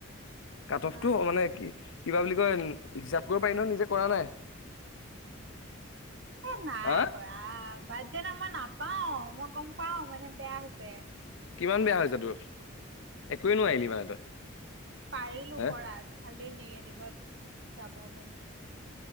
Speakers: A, on the left; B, on the right.
A: কাট
B: নোৱাৰি
A: অফটো মানে কি কিবা বুলি কয় হিচাপ কৰিব পাৰি ন নিজে কৰা নাই?
B: এ নাই
A: হা
B: কৰা বাট দে না মই নাপাও মই গম পাও মানে বেয়া হৈছে।
A: কিমান বেয়া হৈছে তোৰ একোৱে নোৱাৰিলি মানে তই।
B: পাৰিলো
A: হা
B: পৰাত খালি নিগেটিভত যাব গম পাইছো।